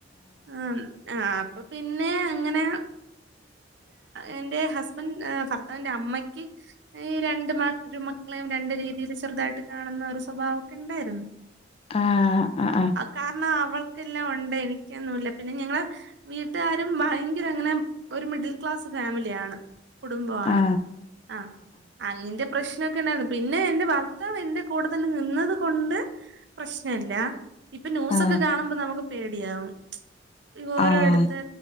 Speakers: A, on the right; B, on the left.
A: ആ ആ അ പിന്നെ അങ്ങനെ എന്റെ ഹസ് ഭർത്താവിന്റെ അമ്മയ്ക്ക്ഈ രണ്ടു മക്കളെയും രണ്ട് രീതിയിൽ ചെറുതായിട്ട് കാണ ന്ന ഒരു സ്വഭാവൊക്കെ ഉണ്ടായിരുന്നു
B: ആ ആ ആ ആ
A: കാരണം അവൾ ക്കെല്ലാം ഒണ്ട് എനിക്കൊന്നുമല്ല പിന്നെ ഞങ്ങള വീട്ടുകാരും ഭയങ്കര അങ്ങനെ ഒരു മിഡിൽ ക്ലാസ് ഫാമിലിയാണ് കുടുംബമാണ്
B: ആ
A: ആ അതിന്റെ പ്രശ്നൊക്കെ ഉണ്ടായിരുന്നു പിന്നെ എൻറെ ഭർത്താവ് എന്റെ കൂടെ തന്നെ നിന്നതു കൊണ്ട് പ്രശ്നല്ല ഇപ്പൊ ന്യൂസൊക്കെ
B: ആ
A: കാണുമ്പോ നമുക്ക് പേടിയാവും ഇ ഓരോഇടുത്ത്
B: ആ